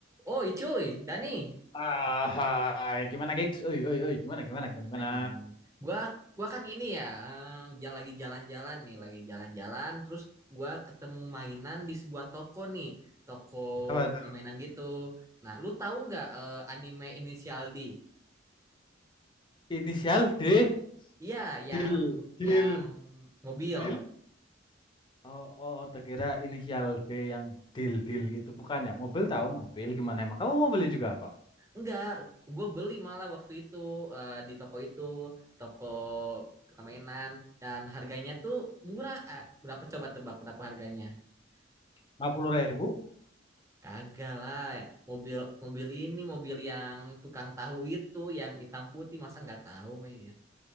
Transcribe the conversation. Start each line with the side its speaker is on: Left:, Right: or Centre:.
Right: Oh, iya, cuy, Dani.
Left: Ah, gimana gigs? Oi, oi, oi, gimana, gimana, gimana, gimana?
Right: Nah, ini. gua gua kan ini ya, eh, ja- lagi jalan-jalan nih, lagi jalan-jalan terus gua ketemu mainan di sebuah toko nih, toko
Left: Apa tuh?
Right: permainan gitu. Nah, lu tahu nggak eh, anime Inisial D?
Left: Inisial D,
Right: Iya, yang
Left: deal, deal,
Right: yang mobil.
Left: deal. Oh, oh, oh, terkira inisial D yang deal, deal gitu, bukan ya? Mobil tahu mobil gimana emang? Kamu mau beli juga apa?
Right: Enggak, gue beli malah waktu itu eh, di toko itu, toko permainan dan harganya tuh murah. eh. Berapa coba tebak berapa harganya?
Left: 50 ribu,
Right: Kagak lah, mobil mobil ini mobil yang tukang tahu itu yang hitam putih masa nggak tahu mah ya.